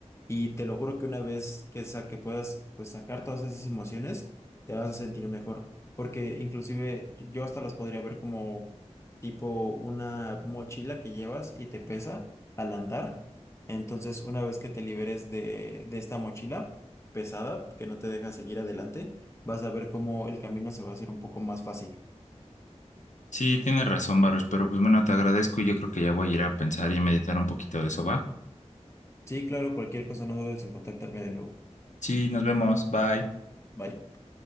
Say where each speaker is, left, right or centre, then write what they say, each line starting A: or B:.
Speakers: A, on the left; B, on the left.
A: y te lo juro que una vez que, sa- que puedas pues, sacar todas esas emociones, te vas a sentir mejor. Porque inclusive yo hasta las podría ver como tipo una mochila que llevas y te pesa al andar. Entonces, una vez que te liberes de, de esta mochila pesada, que no te deja seguir adelante, vas a ver cómo el camino se va a hacer un poco más fácil.
B: Sí, tienes razón, Baruch, pero pues bueno, te agradezco y yo creo que ya voy a ir a pensar y a meditar un poquito de eso, ¿va?
A: Sí, claro, cualquier cosa no dudes en contactarme de nuevo.
B: Sí, nos vemos, bye.
A: Bye.